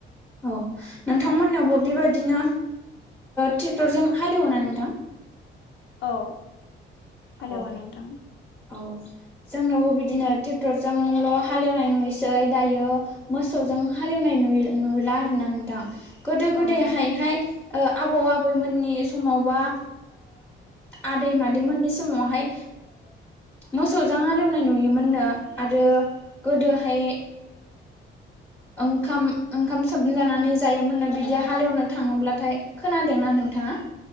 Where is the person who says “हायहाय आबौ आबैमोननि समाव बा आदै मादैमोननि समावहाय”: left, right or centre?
Centre